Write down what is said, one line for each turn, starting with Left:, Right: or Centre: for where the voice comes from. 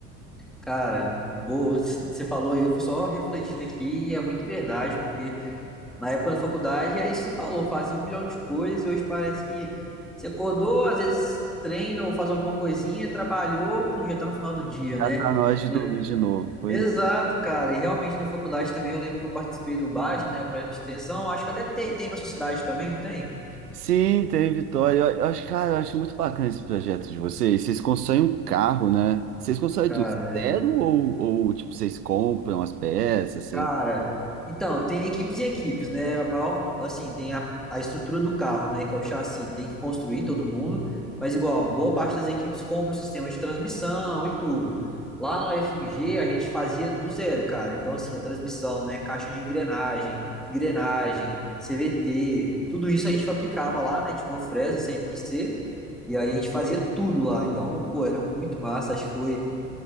Centre: Cara, boa, você falou, e eu fui só refletindo aqui, e é muito verdade, porque na época da faculdade é isso que você falou, fazia um milhão de coisas e hoje parece que você acordou, às vezes treina ou faz alguma coisinha, trabalhou, pum, já tá no final do dia,
Right: Já
Centre: né?
Right: tá na hora de
Centre: Né?
Right: dormir de novo. Pois
Centre: Exato, cara, e realmente na faculdade também eu lembro que eu participei do BAS, né, o projeto de extensão, acho que até tem, tem na sua cidade também, não tem?
Right: Sim, tem Vitória. Eu, eu acho, cara, eu acho muito bacana esse projeto de vocês. Vocês constroem um carro, né? Vocês constroem
Centre: Cara,
Right: tudo zero ou, ou tipo, vocês compram as peças, sei
Centre: Cara,
Right: lá.
Centre: então, tem equipes e equipes, né? A maior, assim, tem a, a estrutura do carro, né? Que é o chassi, tem que construir todo mundo, mas igual, boa parte das equipes compra o sistema de transmissão e tudo. Lá na FMG a gente fazia do zero, cara. Então, assim, a transmissão, né? Caixa de engrenagem, engrenagem, CVT, tudo isso a gente fabricava lá, né? Tinha uma fresa CNC, e aí a gente fazia tudo lá. Então, pô, era muito massa. Acho que foi